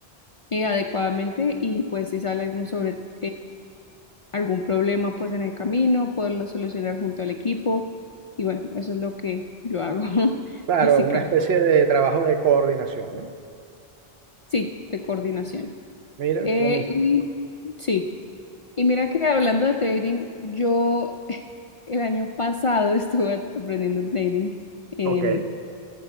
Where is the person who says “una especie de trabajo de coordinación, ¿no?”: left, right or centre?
Right